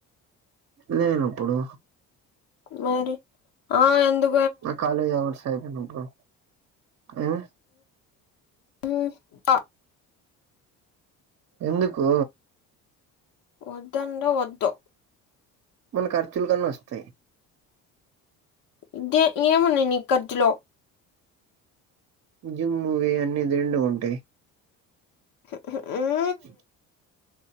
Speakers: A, on the right; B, on the left.
A: లేనప్పుడు
B: మరి ఆ ఎందు
A: నా కాలేజ్ అవర్స్ అయిపోనప్పుడు ఏ
B: మ్ అ
A: ఎందుకు
B: వద్దంటె వద్దు
A: మన ఖర్చులు కన్నా వస్తాయి
B: ఇంకే ఏమున్నాయి నీ ఖర్జులో
A: జూమ్ మూవీ అన్నీ దేంట్లో ఉంటాయి
B: <inaudible>
A: <unintelligible>